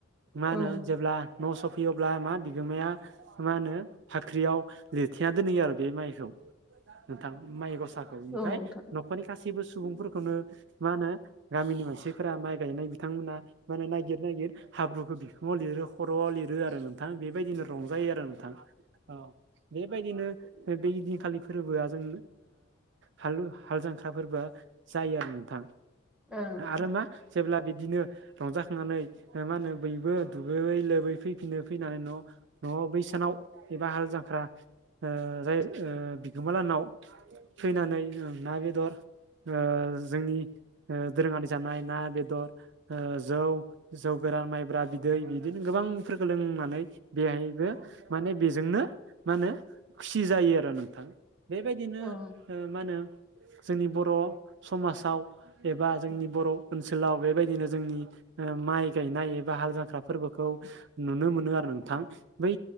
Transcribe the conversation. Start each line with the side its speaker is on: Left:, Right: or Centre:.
Right: मा होनो
Centre: औ
Right: जेब्ला न' सफैयोब्ला मा बिगोमाया मा होनो भाख्रियाव लिरथेना दोनहैयो आरो बे माइखौ नोंथां माइ गसा ओमफ्राय
Centre: औ नोंथां
Right: न'खरनि गासैबो सुबुंफोरखौनो मा होनो गामिनि मानसिफोरा माइ गायनाय बिथांमोना माने नायगिर नायगिर हाब्रुखौ बिखुङाव लिरो खर'आव लिरो आरो नोंथां बेबायदिनो रंजायो आरो नोंथां औ बेबायदिनो बेदिनखालि फोरबोआ जों हालु हाल जांख्राफोरबो जायो आरो नोंथां
Centre: औ नोंथां
Right: आरो मा जेब्ला बिदिनो रंजाखांनानै मा होनो बयबो दुगैयै लोबै फैफिनो फैनानै न' न'आव बैसानाव एबा हाल जांख्रा ओ जाय बिगोमाालानाव फैनानै ना बेदर जोंनि ओ दोरोङारि जानाय ना बेदर जौ जौ गोरान माइब्रा बिदै बिदिनो गोबांफोरखौ लोंनानै बेहायबो माने बेजोंनो मा होनो खुसि जायो आरो नोंथां बेबायदिनो
Centre: औ
Right: मा होनो जोंनि बर' समाजाव एबा जोंनि बर' ओनसोलाव बेबायदिनो जोंनि माइ गायनाय एबा हाल जांख्रा फोरबोखौ खौ नुनो मोनो आरो नोंथां बै